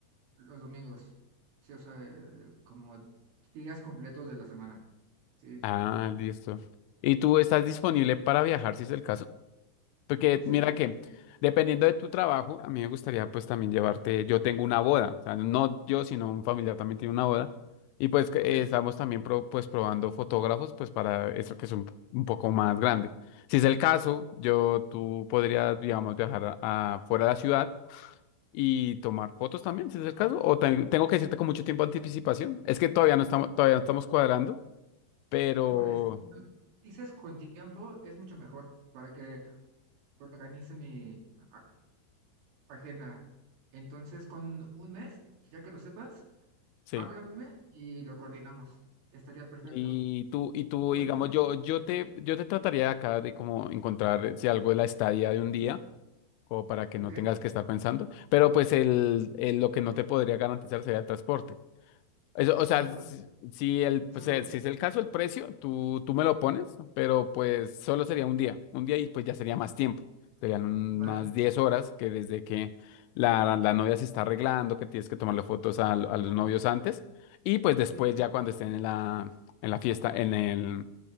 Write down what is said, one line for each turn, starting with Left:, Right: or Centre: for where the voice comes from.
Right: los domingos, sí, o sea, eh, como días completos de la semana. Sí,
Left: Ah,
Right: sí.
Left: listo. ¿Y tú estás disponible para viajar si es el caso? Porque
Right: ¿Sí?
Left: mira que,
Right: ¿Sí?
Left: dependiendo de tu trabajo, a mí me gustaría pues también llevarte, yo tengo una boda, o sea, no yo, sino un familiar también tiene una boda. Y pues que, eh,
Right: Ok.
Left: estamos también pro- pues probando fotógrafos pues para eso que es un, un poco más grande. Si es el caso, yo, tú podrías, digamos, viajar a- a fuera de la ciudad y tomar fotos también, si es el caso. O te- tengo que decirte con mucho tiempo de anticipación. Es que todavía no estamos, todavía no estamos cuadrando, pero
Right: Híjole, sí, dices con tiempo es mucho mejor para que organice mi a- agenda. Entonces, con un mes, ya que lo sepas,
Left: sí.
Right: háblame y lo coordinamos. Estaría perfecto.
Left: Y tú, y tú,
Right: Igual
Left: digamos,
Right: con
Left: yo, yo
Right: el
Left: te,
Right: tiempo.
Left: yo te trataría de acá de como encontrar si algo de la estadía de un día, como para que
Right: Ok,
Left: no tengas que estar pensando. Pero pues el, el- lo que no te podría garantizar sería el transporte. Eso, o
Right: no
Left: sea,
Right: te preocupes.
Left: si si el, pues,
Right: Eso lo
Left: eh, si es el caso, el precio, tú, tú me lo pones, pero pues solo sería un día, un día y pues ya sería más tiempo. Serían unas
Right: vale.
Left: 10 horas que desde que la, la novia se está arreglando, que tienes que tomarle fotos a, a los
Right: Exacto.
Left: novios antes, y pues después
Right: Sí,
Left: ya cuando estén en la, en la fiesta, en el,